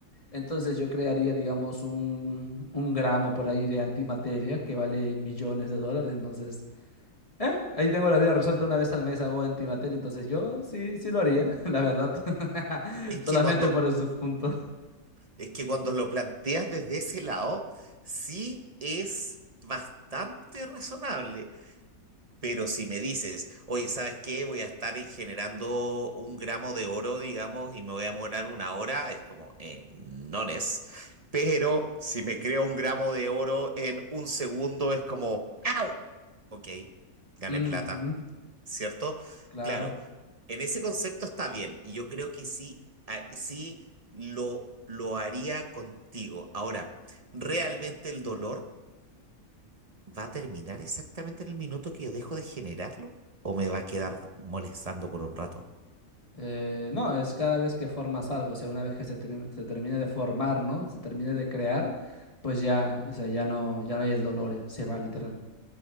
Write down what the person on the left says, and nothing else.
Entonces yo crearía, digamos, un, un gramo por ahí de antimateria que vale millones de dólares, entonces, eh, ahí tengo la vida resuelta una vez al mes hago antimateria, entonces yo sí, sí lo haría, <laughs> la verdad, <laughs>
solamente
por ese punto.
Ujú,
claro.
¿Qué?
Eh, no, es cada vez que formas algo, o sea, una vez que se, ter- se termine de formar, ¿no? Se termine de crear, pues ya, o sea, ya no, ya no hay el dolor, ya, se va literal.